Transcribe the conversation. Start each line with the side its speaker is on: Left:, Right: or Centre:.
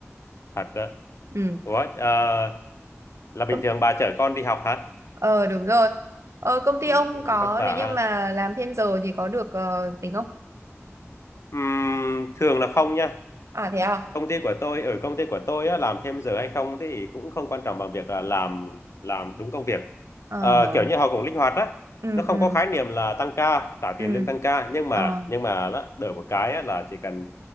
Left: thật đó
Right: ừ
Left: Ủa, ờ, là bình
Right: Công-
Left: thường bà chở con đi học hả
Right: ờ đúng rồi ờ công ty
Left: ừ
Right: ông
Left: cũng
Right: có
Left: vất vả
Right: nếu như
Left: ha
Right: mà làm thêm giờ thì có được ờ, tính không
Left: Ừm, thường là không nha
Right: à thế à
Left: công ty của tôi ở công ty của tôi á, làm thêm giờ hay không thì cũng không quan trọng bằng việc là làm làm đúng công việc
Right: ờ
Left: Ờ, kiểu như họ cũng linh hoạt á
Right: ừ
Left: nó không
Right: ừ
Left: có khái niệm là tăng ca trả
Right: ừ
Left: tiền lương tăng ca nhưng mà
Right: ờ
Left: nhưng mà đó, đổi một cái á, là chỉ cần